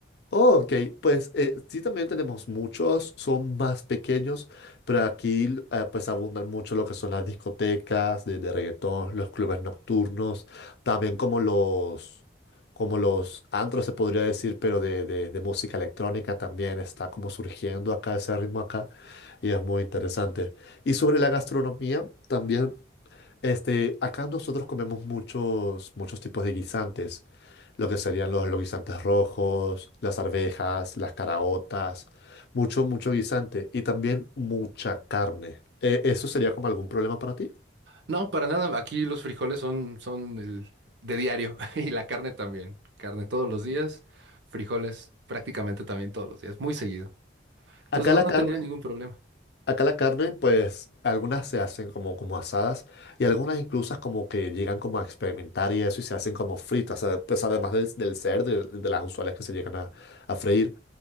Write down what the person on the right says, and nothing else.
No, para nada. Aquí los frijoles son, son el de diario <laughs> y la carne también. Carne todos los días, frijoles prácticamente también todos los días, muy seguido. Entonces
no,
no
tendría ningún problema.